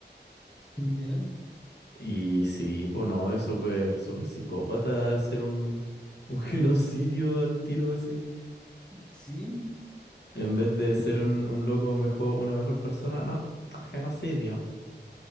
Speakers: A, in the centre; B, on the left (about 70°).
A: Literal,
B: Y sí, pues no, es súper, súper psicópata hacer un, un <laughs> genocidio al tiro así.
A: sí.
B: En vez de ser
A: Y
B: un, un loco mejor, una mejor persona, no, genocidio.